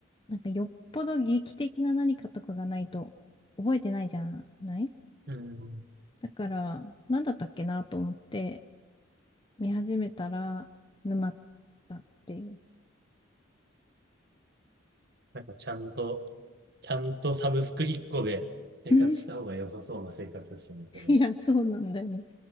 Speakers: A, on the left; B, on the right.
A: なんかよっぽど劇的な何かとかがないと覚えてないじゃない
B: うん。
A: だから、なんだったっけなと思って、見始めたら沼ったっていう。
B: なんかちゃんと、ちゃんとサブスク1個で生活した方が良さそうな生活ですね、
A: <laughs>
B: それは。
A: いや、そうなんだよね。